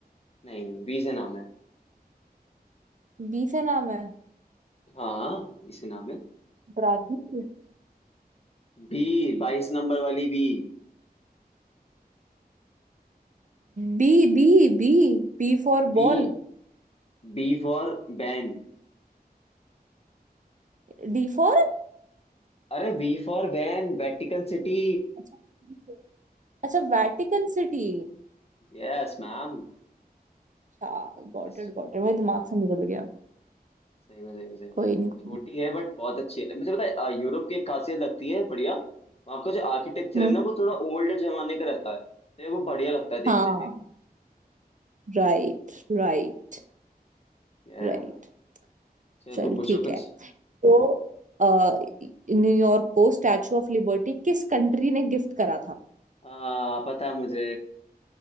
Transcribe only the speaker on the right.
बी से नाम है
Brazil
B B B B for
ball
D for
अच्छा B4. अच्छा वैटिकन सिटी
अच्छा गॉट
इट गॉट इट मेरे दिमाग से निकल गया
कोई
नहीं कोई
नहीं।
हम्म
हाँ
राइट राइट
राइट
चल
ठीक
है तो अ, न्यूयॉर्क को स्टैचू ऑफ लिबर्टी किस कंट्री ने गिफ्ट करा था